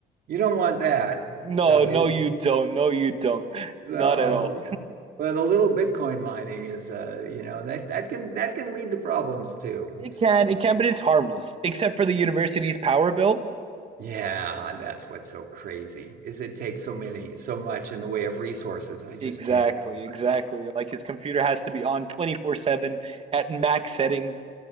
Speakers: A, on the right; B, on the right.
A: you don't want that.
B: No,
A: So,
B: no,
A: yes-
B: you don't. No, you don't.
A: so
B: Not at all.
A: yeah. But a little Bitcoin mining is, uh, you know, that that can that can lead to problems too.
B: It
A: So,
B: can, it can, but it's harmless, except for the university's power bill.
A: yeah, that's what's so crazy is it takes so many so much in the way of resources. I just
B: Exactly,
A: can't get over
B: exactly.
A: it.
B: Like his computer has to be on 24/7 at max settings.